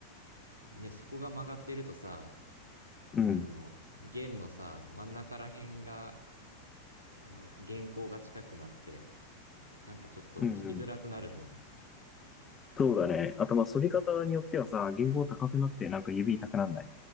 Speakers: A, on the right (about 85°); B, on the left (about 20°).
A: ね、そこが曲がってるとさ、
B: うん。
A: あの、弦のさ、真ん中ら辺が、あの、弦高が近くなって、なんかちょっと弾きづらくなるんだよね。
B: うんうん。そうだね。あと、まあ、反り方によってはさ、弦高高くなって、なんか指痛くなんない